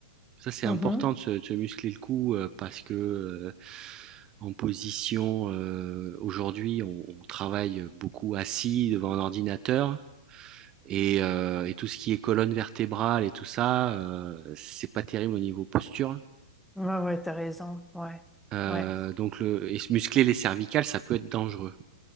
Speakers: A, on the right; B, in the centre.
A: ça c'est
B: Mhm.
A: important de se de se muscler le cou, heu, parce que, heu, en position, heu, aujourd'hui on on travaille, beaucoup assis devant un ordinateur et heu et tout ce qui est colonne vertébrale et tout ça, heu, c'est pas terrible au niveau posture.
B: Ouais, ouais, t'as raison, ouais,
A: Heu,
B: ouais.
A: donc le et se muscler les cervicales, ça peut être dangereux.